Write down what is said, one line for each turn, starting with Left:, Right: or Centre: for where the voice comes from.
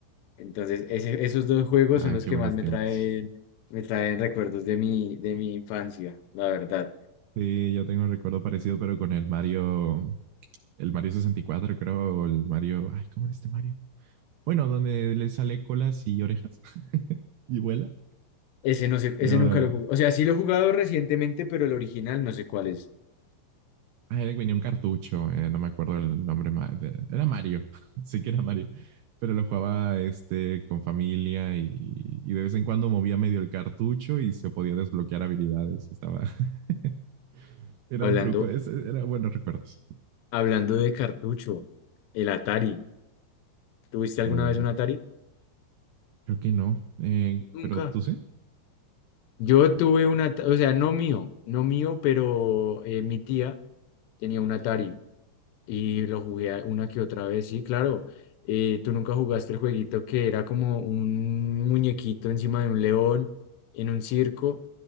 Left: Entonces, ese- esos dos juegos
Right: Ay,
Left: son los
Right: qué
Left: que
Right: buenos
Left: más me
Right: tiempos.
Left: traen, me traen recuerdos de mi, de mi infancia, la verdad.
Right: Sí, yo tengo un recuerdo parecido, pero con el Mario, el Mario sesenta y cuatro, creo, o el Mario, ay, ¿cómo era este Mario? Bueno, donde le sale colas y orejas <laughs> y vuela.
Left: Ese no sé, ese
Right: No,
Left: nunca lo jugué. O sea, sí lo he jugado recientemente, pero el original no sé cuál es.
Right: ah, era que venía un cartucho, eh, no me acuerdo el nombre, ma- de- era Mario, <laughs> sí que era Mario, pero lo jugaba este con familia y, y de vez en cuando movía medio el cartucho y se podía desbloquear habilidades, estaba, <laughs> era
Left: Hablando,
Right: un truco, es- era buenos recuerdos.
Left: hablando de cartucho, el Atari. ¿Tuviste alguna
Right: Uh,
Left: vez un Atari?
Right: Creo que no. Eh,
Left: Nunca.
Right: pero tú sí.
Left: Yo
Right: Creo que
Left: tuve
Right: No.
Left: un Atari, o sea, no mío, no mío, pero eh, mi tía tenía un Atari y lo jugué a- una que otra vez. Sí, claro. Eh, ¿tú nunca jugaste el jueguito que era como un muñequito encima de un león en un circo?